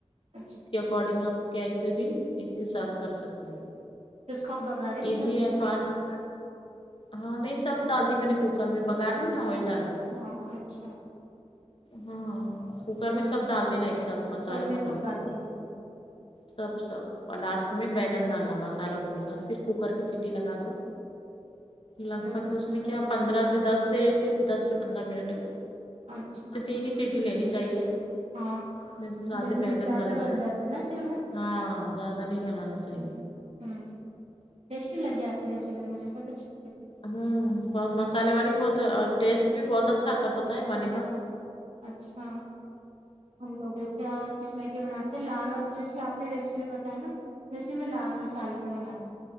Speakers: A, on the right; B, on the left.
A: اچھا تو
B: اکارڈنگ آپ کیسے بھی اسے سرو کر سکتے ہو
A: اس کو آپ بگارے
B: ایزی
A: بھی جان
B: ہے
A: سکتے
B: یہ فاسٹ ہاں نہیں سب ڈال دی میں نے کوکر میں باگر لی نا آئل ڈال کے
A: ہاں اچھا
B: ہاں کوکر میں ڈال دے نا سب ایک ساتھ
A: کوکر
B: مسالہ
A: میں
B: پکنے
A: سب ڈال کے بنا
B: سب سب اور لاسٹ میں بیگن ڈالنا مست مسالہ ہونے بعد پھر کوکر سٹی لگا دو لک
A: دس
B: بھگ
A: منٹ
B: اس میں
A: بن
B: کیا
A: جاتی
B: پندرہ سٹی دس سے صرف دس سے پندرہ منٹ کی
A: اچھا
B: تین ہی سیٹی لینی چاہیے
A: ہاں
B: نہیں تو زیادہ
A: جلدی
B: بیگن
A: زیادہ
B: گل جاتی
A: جاتا
B: ہیں
A: ہے نا پھر وہ
B: ہاں زیادہ نہیں گلانا چاہیے
A: ہوں ٹیسٹی لگی آپ کی ریسیپی مجھے بہت
B: ہوں بہت مسالے والی بہت ہے اور ٹیسٹ بھی بہت اچھا آتا پتا ہے بنے بات
A: اچھا ہم لوگوں کیا اس میں کیا بناتے ہیں لال جیسے آپ نے ریسیپی بتا ہے نا ویسے میں لال مسالے میں بنا